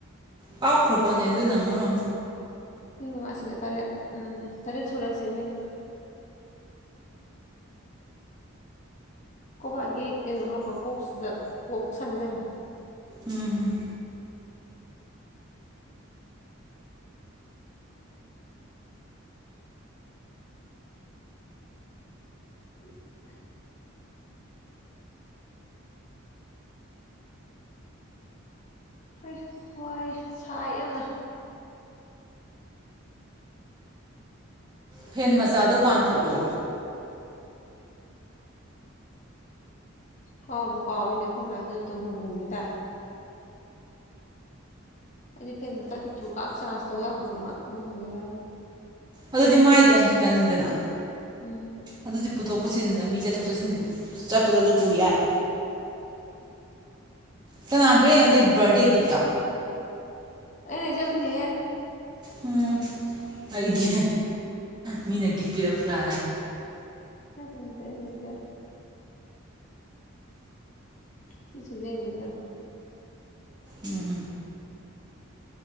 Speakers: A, on the right (about 20°); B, on the left (about 35°).
A: ꯄꯥꯎꯈ꯭ꯔꯕꯅꯦ ꯑꯗꯨꯅ ꯃꯔꯣꯝ
B: ꯃꯉꯥꯁꯤꯒ ꯇꯔꯦꯠ ꯎꯝ ꯇꯔꯦꯠ ꯁꯨꯔꯁꯤꯅꯦꯅꯤꯁꯤꯒ ꯀꯣꯕꯥꯥꯛꯒꯤ ꯀꯩꯅꯣ ꯍꯥꯞꯄ ꯕꯣꯛꯁꯁꯤꯗ ꯀꯣꯛ ꯁꯟꯅꯟꯅꯩ
A: ꯎꯝ
B: <unintelligible> ꯍꯣꯏ ꯋꯥꯏ ꯁꯥꯏ ꯌꯥꯝꯅ
A: ꯐꯦꯟ ꯃꯆꯥꯗꯨ ꯄꯥꯟꯈꯠꯂꯣ
B: ꯀꯥꯎꯕ ꯀꯥ ꯏꯅꯦ ꯍꯨꯃꯥꯏꯗ ꯑꯗꯨꯇꯣ ꯍ ꯍꯃꯤ ꯇ ꯑꯩꯗꯤ ꯐꯦꯟ ꯃꯆꯥꯠ ꯄꯤꯛꯇ꯭ꯔꯨꯀ ꯆꯥꯔꯖ ꯇꯧ ꯌꯥꯕꯗꯨꯃ ꯑꯗꯨꯗꯨꯃ ꯂꯧꯋꯦ
A: ꯑꯗꯨꯗꯤ ꯃꯥꯏꯗꯪ ꯈꯤꯇꯪꯅꯤꯗꯅ
B: ꯎꯝ
A: ꯑꯗꯨꯗꯤ ꯄꯨꯊꯣꯛꯄ ꯄꯨꯁꯤꯟ ꯂꯝꯕꯤ ꯆꯠꯊꯣꯛ ꯆꯠꯁꯤꯟ ꯆꯠꯄꯗꯁꯨ ꯄꯨ ꯌꯥꯏ ꯀꯅꯥꯝ ꯄꯔꯅꯣ ꯑꯗꯨꯒꯤ ꯕꯥꯔꯗꯦ ꯒꯤꯐꯇꯣ
B: ꯑ ꯂꯩꯖꯕꯅꯤꯌꯦ
A: ꯎꯝ ꯑꯩꯗꯤ ꯃꯤꯅꯒꯤ ꯄꯤꯔ ꯐ꯭ꯔꯥ
B: ꯑꯗꯨꯗ ꯑꯗꯨꯗꯖ ꯁꯤꯁꯨꯒꯦ ꯅꯖꯦꯜ
A: ꯎꯝꯝ